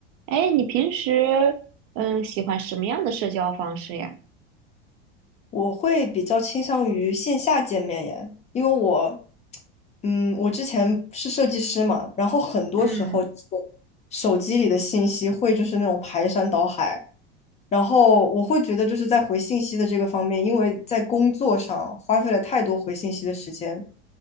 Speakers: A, on the right; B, on the left.
A: 哎，你平时嗯喜欢什么样的社交方式呀？
B: 我会比较倾向于线下见面耶，因为我，嗯，我之前是设计师嘛，然后很多时候
A: 嗯，
B: 手机里的信息会就是那种排山倒海，然后我会觉得就是在回信息的这个方面，因为在工作上花费了太多回信息的时间，